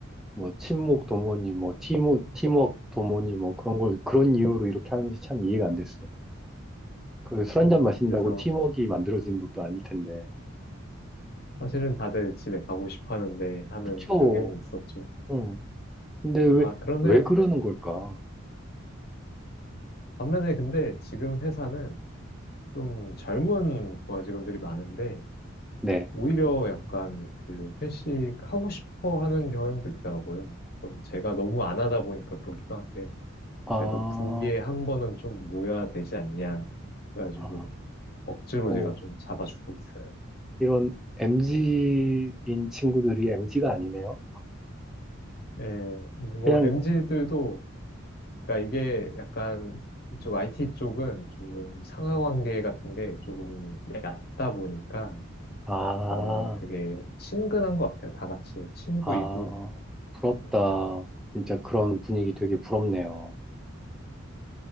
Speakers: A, in the centre; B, on the left.
A: 뭐, 친목 도모니, 뭐, 팀워, 팀워크 도모니, 뭐, 그런 걸, 그런 이유로 이렇게 하는지 참 이해가 안 됐어요. 그 술
B: 그렇습니다.
A: 한잔 마신다고
B: 그래서
A: 팀워크가 만들어지는 것도 아닐 텐데.
B: 사실은 다들 집에 가고 싶어 하는데 하는
A: 그쵸.
B: 경향이 있었죠.
A: 응. 근데 왜,
B: 아, 그런데
A: 왜 그러는 걸까?
B: 반면에 근데 지금 회사는 좀 젊은 부하 직원들이 많은데
A: 네.
B: 오히려 약간 그 회식하고 싶어 하는 경향도 있더라고요. 그건 제가 너무 안 하다 보니까 그렇기도 한데
A: 아,
B: 그래도 분기에 한 번은 좀 모여야 되지 않냐 그래가지고
A: 아,
B: 억지로
A: 어,
B: 제가 좀 잡아주고 있어요.
A: 이런 m 지인 친구들이 m 지가 아니네요.
B: 네, 근데 뭐
A: 그냥,
B: MZ들도 그러니까 이게 약간 이쪽 IT 쪽은 조금 상하 관계 같은 게 조금 얕다 보니까
A: 아,
B: 어, 되게 친근한 것 같아요. 다 같이 친구이고.
A: 아, 부럽다.
B: 음,
A: 진짜 그런 분위기 되게 부럽네요.